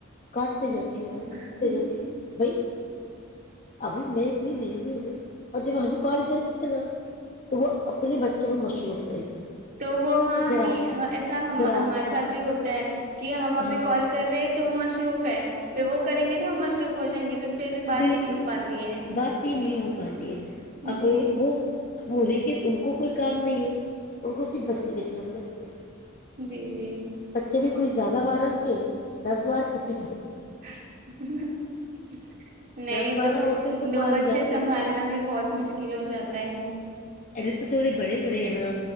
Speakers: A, on the left; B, on the right.
A: کاٹ تے جاتتی
B: اچھا
A: ہو میی کاٹ تے جاتی ہو میں بھی ابھی میں اتنی بزی ہوں اور جب ہم کال کرتی ہیں نا تو وہ اپنے بچوں میں مصروف رہتی ہے
B: تو وہ ہاں
A: ذرا
B: نی
A: سا
B: ایسا ہمارے
A: ذرا سا
B: ساتھ بھی ہوتا ہے کہ ہم ابھی
A: ہاں
B: کال کر رہے تو وہ مشروف ہے پھر وہ کریں گے تو ہم مصروف ہو جائیں گے تو پھر بات
A: بالکل
B: ہی نہیں ہو پاتی ہے
A: بات ہی نہیں ہو پاتی ہے اب
B: جی
A: وہ اب ہونے کے ان کو کوئی کام نہیں ہے ان کو صرف بچے دیکھنا خود کے
B: جی جی
A: بچے بھی کوئی زیادہ بار آ گ دس بار کسی
B: <inaudible> نہیں
A: دس بارہ
B: دو
A: ہوتے تو
B: دو
A: مان
B: بچے
A: جاتے
B: سنبھالنا بھی بہت مشکل ہو جاتا ہے
A: ا تو تھوڑے بڑے بڑے ہیں نا